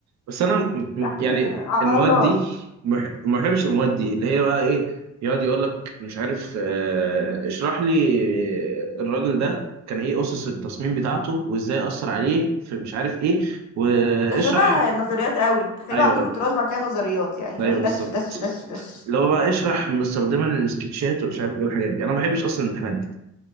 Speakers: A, on the right; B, on the left.
A: بس انا م- م-
B: احنا
A: يعني المواد
B: على الله
A: دي مح- ما بحبش المواد دي اللي هي بقى ايه يقعد يقول لك مش عارف آه، اشرح لي الراجل ده كان ايه اسس التصميم بتاعته وازاي اثر عليه في مش عارف ايه واشرح
B: ده شبه النظريات قوي تخيلوا
A: ايوه
B: عندكم تراث بعد كده نظريات يعني
A: ايوه
B: فاهم
A: بالظبط
B: دش دش دش دش
A: اللي هو بقى اشرح مستخدما السكتشات ومش عارف ايه والحاجات دي انا ما بحبش اصلا الامتحانات دي